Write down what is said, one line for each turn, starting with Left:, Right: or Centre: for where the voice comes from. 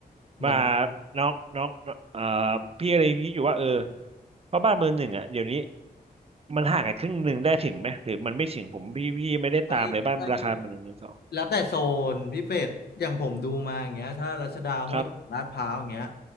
Right: ว่า
Left: มัน
Right: น้องน้องเอ่อพี่อะไรพี่อยู่ว่าเออเพราะบ้านมือหนึ่งอ่ะเดี๋ยวนี้มันห่างกันครึ่งหนึ่งได้ถึงไหมหรือมันไม่ถึงผมพี่พี่ไม่ได้ตามเลยบ้านราคามือหนึ่งมือสอง
Left: ไม่ไม่แล้วแต่โซนพี่เป็ดอย่างผมดูมาอย่างเงี้ยถ้ารัชดาห้วยขวางลาดพร้าวอย่างเงี้ย
Right: ครับ